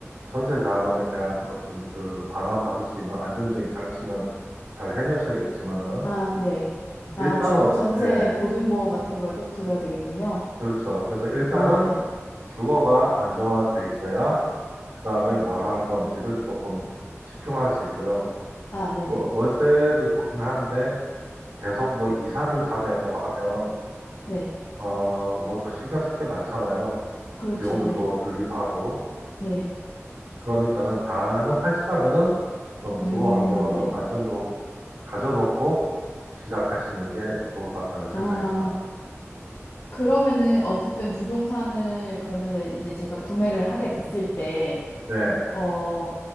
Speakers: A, on the right; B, on the left.
A: 전세 자금에 대한 어떤 그 반환 받을 수 있는 안정적인 장치는 잘 해놓으셔야겠지만은
B: 아, 네. 아,
A: 일단은
B: 주,
A: 어째,
B: 그 전세
A: 예,
B: 보증보험 같은 걸 또 들어야 되겠군요.
A: 그렇죠. 그래서 일단은
B: 아, 네.
A: 주거가 안정화돼 있어야 그 다음에 뭘 할 건지를 조금 집중할 수 있고요.
B: 아, 네네.
A: 월- 월세도 좋긴 한데 계속 뭐 이사를 다녀야 되고 하면
B: 네.
A: 어, 뭐 또 신경 쓸 게 많잖아요.
B: 그렇죠.
A: 비용도
B: 네.
A: 또 들기도 하고.
B: 네.
A: 그러니까는 가능하시다면은 좀 주거
B: 음,
A: 환경을
B: 네.
A: 좀 안정적으로 가져놓고 시작하시는 게 좋을 것 같다는 생각입니다.
B: 아, 그러면은 어쨌든 부동산을 그러면은 이제 제가 구매를 하게 됐을 때,
A: 네,
B: 어,